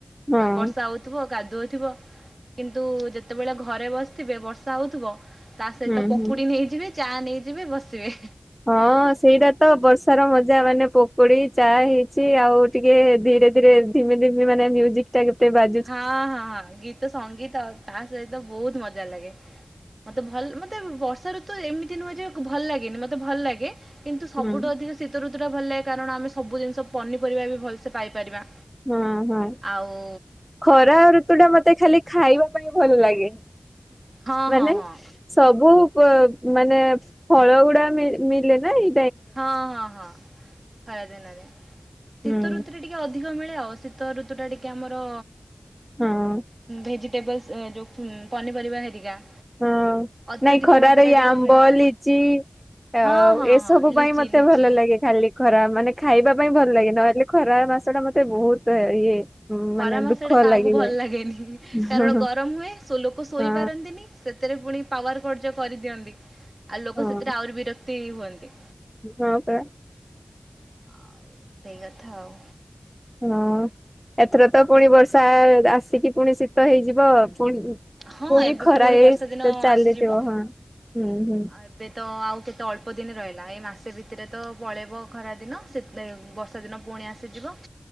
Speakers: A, in the centre; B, on the right.
A: ହଁ
B: ବର୍ଷା ହଉଥିବ, କାଦୁଅ ଥିବ। କିନ୍ତୁ ଯେତେବେଳେ ଘରେ ବସିଥିବେ, ବର୍ଷା ହଉଥିବ, ତା ସହିତ
A: ହୁଁ
B: ପକୁଡି
A: ହୁଁ।
B: ନେଇଯିବେ। ଚା ନେଇଯିବି ବସିବେ
A: ହଁ ସେଇଟା ତ ବର୍ଷାର ମଜା ମାନେ ପୋକୋଡି ଚା ହେଇଛି ଆଉ ଟିକେ ଧୀରେ ଧୀରେ ଧିମେ ଧମେ ମାନେ ମ୍ୟୁଜିକ ଟାଇକେ ଟି ବା
B: ହଁ ହଁ ହଁ ଗୀତ ସଙ୍ଗୀତ ଆଉ ତା ସହିତ ବହୁତ ମଜା ଲାଗେ। ମତେ ଭଲ ମତେ ବର୍ଷା ଋତୁ ଏମିତି ନୁହେଁ ଯେ ଭଲ ଲାଗେନି ମତେ ଭଲ ଲାଗେ କିନ୍ତୁ ସବୁଠୁ
A: ହୁଁ
B: ଅଧିକ ଶୀତ ଋତୁ ଟା ଭଲ ଲାଗେ କାରଣ ଆମେ ସବୁ ଜିନିଷ ପନିପରିବା ବି ଭଲସେ ପାଇପାରିବା।
A: ହଁ ହଁ।
B: ଆଉ
A: ଖରା ଋତୁ ଟା ମତେ ଖାଲି ଖାଇବା ପାଇଁ ଭଲ ଲାଗେ,
B: ହଁ
A: ମାନେ
B: ହଁ ହଁ
A: ସବୁ ମାନେ ଫଳ ଗୁଡା ମିଳେ ମିଲେ ନାଇଁ?
B: ହଁ ହଁ ହଁ ଖରାଦିନରେ,
A: ହୁଁ
B: ଶୀତଋତୁରେ ଟିକ ଟିକେ ଅଧିକ ମିଳେ ଆଉ ଶୀତ ଋତୁ ଟା ଟିକେ ଆମର
A: ହଁ
B: ଭେଜିଟେବଲ୍ସ ଏ ଯୋଉ ପନିପରିବା ହେରିକା
A: ହଁ
B: ଅତ୍ୟଧିକ
A: ନାଇଁ ଖରାରେ
B: ମାତ୍ରାରେ
A: ଇଏ
B: ଟିକେ
A: ଆମ୍ବ
B: ହୁଏ।
A: ଲିଚି ଆ
B: ହଁ ହଁ
A: ଏସବୁ
B: ହଁ
A: ବୁ
B: ଲିଚି
A: ପାଇଁ ମତେ
B: ଲିଚି
A: ଭଲ ଲାଗେ। ଖାଲି ଖରା ମାନେ ଖାଇବା ପାଇଁ ଭଲ ଲାଗେ ନହଲେ ଖରା ମାସ ଟା ମତେ ବହୁତ ଇଏ
B: ଖରା
A: ମାନେ
B: ମାସ
A: ଦୁଃଖ
B: ଟା କାହାକୁ
A: ଲାଗିଯାଏ।
B: ଭଲ ଲାଗେନି କାରଣ
A: ହଁ
B: ଗରମ ହୁଏ ସୋ ଲୋକ ଶୋଇ
A: ହଁ
B: ପାରନ୍ତିନି। ସେଥିରେ ପୁଣି ପାୱାର କର୍ଟ ଯୋଉ କରିଦିଅନ୍ତି ଆଉ ଲୋକ
A: ହଁ
B: ସେଥିରେ ଆହୁରି ବିରକ୍ତି ହୁଅନ୍ତି।
A: ହଁ ପରା।
B: ଆ ସେଇ କଥା ଆଉ।
A: ହଁ ଏଥର ତ ପୁଣି ବର୍ଷା ଆସିକି ପୁଣି ଶୀତ ହେଇଯିବ ପୁଣି
B: ହଁ
A: ପୁଣି
B: ଏବେ
A: ଖରା ଏ
B: ବର୍ଷା ଦିନ
A: ତ ଚାଲିଥିବ
B: ଆସିଯିବ
A: ହଁ ହୁଁ ହୁଁ।
B: ଆଉ ଏବେ ତ ଆଉ କେତେ ଅଳ୍ପ ଦିନ ରହିଲା ଏଇ ମାସେ ଭିତରେ ତ ପଳେଇବ ଖରା ଦିନ ସେ ଲେ ବର୍ଷା ଦିନ ପୁଣି ଆସିଯିବ।